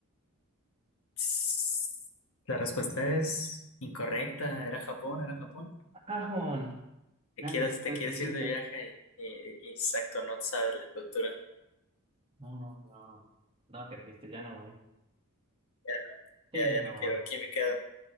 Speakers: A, on the left; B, on the right.
A: Tss. La respuesta es incorrecta. Era Japón, era Japón.
B: ¡Ajón!
A: Te
B: No,
A: quieres,
B: si están
A: te
B: todos
A: quieres
B: chiquitos.
A: ir de viaje y, y- y exacto, no sabes la cultura.
B: No, no. No, No, qué triste, ya no voy.
A: Ya, no-
B: Sí,
A: ya,
B: ya
A: ya
B: no
A: no quiero,
B: voy.
A: aquí me quedo,